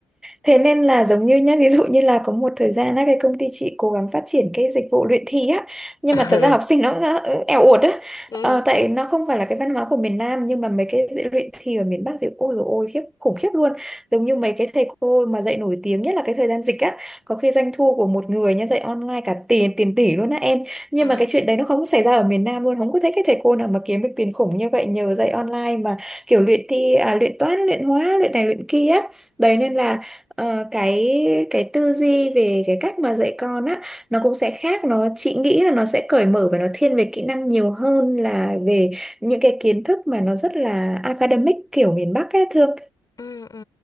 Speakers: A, in the centre; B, on the left.
A: Thế nên là giống như nhá, ví dụ như là có một thời gian á, cái công ty chị cố gắng phát triển cái dịch vụ luyện thi á, nhưng
B: <laughs>
A: mà thật ra học sinh nó cũng đã- cũng eo uột á,
B: ừ
A: ờ, tại nó không phải là cái văn hóa của miền Nam, nhưng mà mấy cái dạy luyện thi ở miền Bắc thì ôi dồi ôi khiếp khủng khiếp luôn, giống như mấy cái thầy cô mà dạy nổi tiếng nhất là cái thời gian dịch á, có khi doanh thu của một người nhá dạy online cả tiền tiền tỷ luôn á em, nhưng
B: ừ
A: mà cái chuyện đấy nó không xảy ra ở miền Nam luôn, không có thấy cái thầy cô nào mà kiếm được tiền khủng như vậy nhờ dạy online mà kiểu luyện thi, à, luyện toán, luyện hóa, luyện này luyện kia đấy
B: ừ
A: nên
B: ừ
A: là ờ, cái cái tư duy về cái cách mà dạy con á nó cũng sẽ khác nó chị nghĩ là nó sẽ cởi mở và nó thiên về kỹ năng nhiều hơn là về những cái kiến thức mà nó rất là academic kiểu miền Bắc ấy thương
B: ừ ừ.